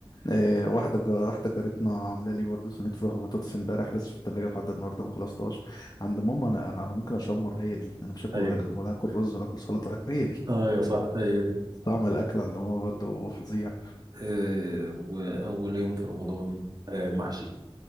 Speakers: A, on the left; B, on the right.
A: إيه، واحدة جا واحدة جارتنا عاملة لي برضه صينية فراخ وبطاطس امبارح لسه في التلاجة لحد النهاردة ما خلصتهاش عند ماما انا انا انا ممكن اشمر هي دي انا مش هاكل
B: ايوه
A: غيرها ولا هاكل رز ولا هاكل سلطة هي دي
B: ايوه صح هي دي
A: طعم الاكل عند ماما برضه فظيع
B: آه، واول يوم في رمضان آه، محشي